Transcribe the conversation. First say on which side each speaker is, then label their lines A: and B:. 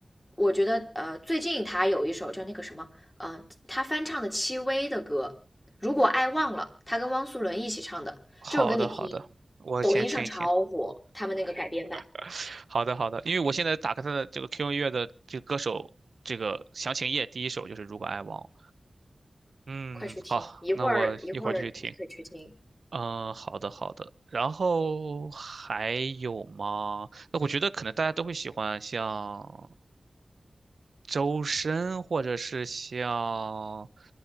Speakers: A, on the left; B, on the right.
A: 我觉得呃最近他有一首叫那个什么，呃他翻唱的戚薇的歌，如果爱忘了，他跟汪苏泷一起唱的这首歌，
B: 好的好的，
A: 你听，
B: 我先听一听。
A: 抖音上超火，他们那个改编版，
B: <laughs> 好的，好的，因为我现在打开他的这个 QQ 音乐的这个歌手这个详情页，第一首就是《如果爱忘了》。嗯，
A: 快去听，
B: 好，
A: 一会儿一会儿你可以去听。
B: 那我一会儿就去听。嗯，好的，好的。然后还有吗？那我觉得可能大家都会喜欢像周深，或者是像，